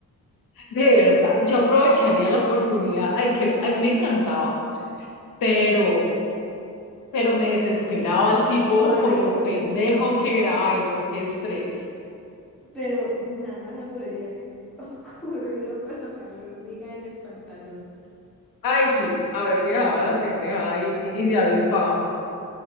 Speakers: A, on the left (about 85°); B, in the centre.
A: De verdad, yo aprovecharía la oportunidad. Ay, que a mí me encantaba, pero, pero me desesperaba el tipo
B: Horrible.
A: con lo pendejo que era. Ay, no, qué estrés.
B: pero nada más se me habría <laughs> ocurrido colocar la hormiga en el pantalón.
A: Ay, sí, a ver si dejaba la pendeja y, y, y se avispaba.